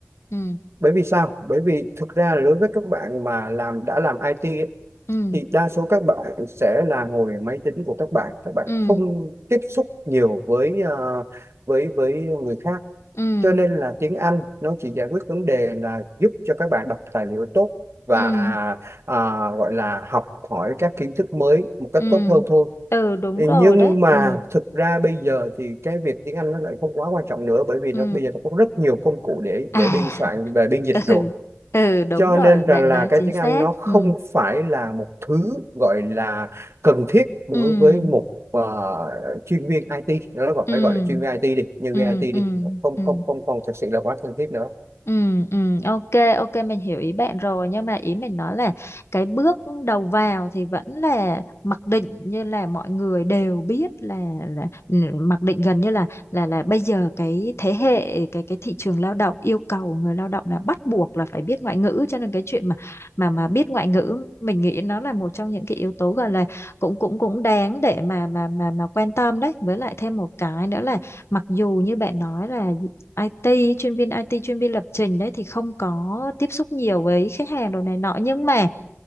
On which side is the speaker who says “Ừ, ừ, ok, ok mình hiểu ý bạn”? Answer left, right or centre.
Left